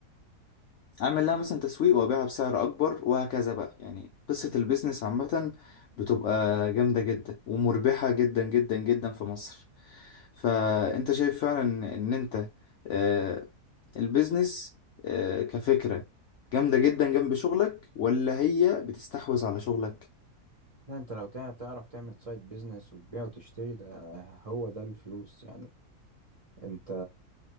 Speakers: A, on the left; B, on the right.
A: اعمل لها مثلا تسويق وابيعها بسعر اكبر وهكذا بقى يعني قصة البيزنس عامة بتبقى جامدة جدا ومربحة جدا جدا جدا في مصر فانت شايف فعلا ان إن انت آه، البيزنس آه، كفكرة جامدة جدا جنب شغلك ولا هي بتستحوذ على شغلك
B: لا انت لو تع- تعرف تعمل سايد بيزنس وتبيع وتشتري ده هو ده الفلوس يعني انت